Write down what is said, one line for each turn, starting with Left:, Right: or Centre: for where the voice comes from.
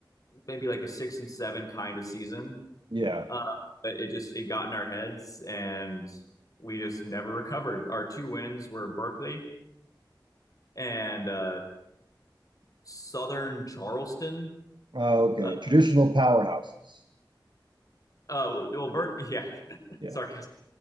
Left: maybe like a six and seven kind of season.
Right: yeah.
Left: Uh, but it just it got in our heads and we just never recovered. Our two wins were Berkeley and uh, Southern Charleston.
Right: Oh, okay.
Left: Uh,
Right: Traditional powerhouses.
Left: oh, well, Burke, yeah, <laughs>
Right: Yeah.
Left: sarcastic.